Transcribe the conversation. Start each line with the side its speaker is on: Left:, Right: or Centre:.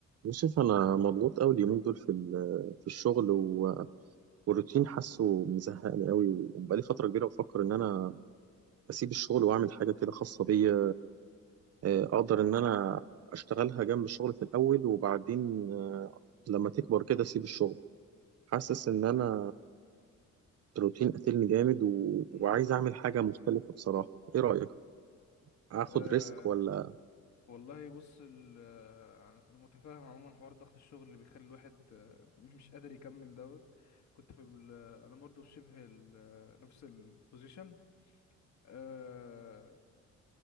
Right: يوسف انا مضغوط قوي اليومين دول في ال- في الشغل و- والروتين حاسه مزهقني قوي وبقالي فتره كبيره بفكر ان انا اسيب الشغل واعمل حاجه كده خاصه بيا آه، اقدر ان انا اشتغلها جنب الشغل في الاول وبعدين آه، لما تكبر كده اسيب الشغل حاسس ان انا الروتين قاتلني جامد و...
Left: امم
Right: وعايز اعمل حاجه
Left: امم
Right: مختلفه بصراحه ايه رايك اخد
Left: أه
Right: ريسك ولا
Left: والله بص ال- آه، انا متفاهم عموما حوار ضغط الشغل اللي بيخلي الواحد آه، <laughs> مش قادر يكمل دوت كنت في ال- آه، انا برضو في شبه ال- آه، نفس البوزيشن أه